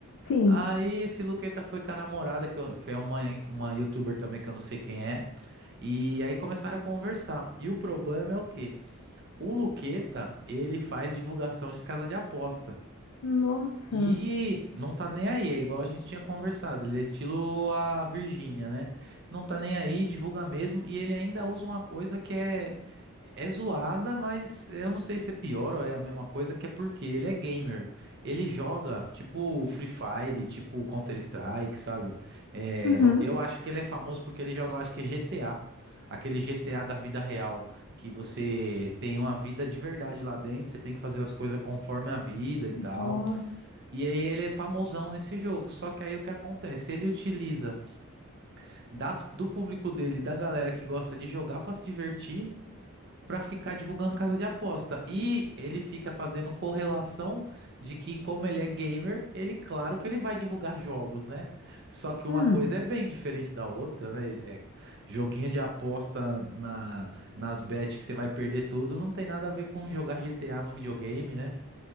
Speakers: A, on the left; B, on the right.
A: sim.
B: Aí esse Luqueta foi com a namorada, que eu- que é uma, uma youtuber também que eu não sei quem é. E aí começaram a conversar. E o problema é o quê? O Luqueta, ele faz divulgação de casa de aposta.
A: Nossa.
B: E não tá nem aí, é igual a gente tinha conversado. Ele é estilo a Virgínia, né? Não tá nem aí, divulga mesmo. E ele ainda usa uma coisa que é, é zoada, mas eu não sei se é pior ou é a mesma coisa, que é porque ele é gamer. Ele joga tipo Free Fire, tipo Counter-Strike, sabe? É,
A: Uhum.
B: eu, eu acho que ele é famoso porque ele joga, eu acho que é GTA. Aquele GTA da vida real. Que você tem uma vida de verdade lá dentro, você tem que fazer as coisas conforme a vida e tal.
A: Nossa.
B: E aí ele é famosão nesse jogo. Só que aí o que acontece? Ele utiliza das- do público dele, da galera que gosta de jogar pra se divertir, pra ficar divulgando casa de aposta. E ele fica fazendo correlação de que como ele é gamer, ele claro que ele vai divulgar jogos, né? Só que
A: Hum.
B: uma coisa é bem diferente da outra, né? É, joguinho de aposta na, nas bets que você vai perder tudo, não tem nada a ver com jogar GTA no videogame, né?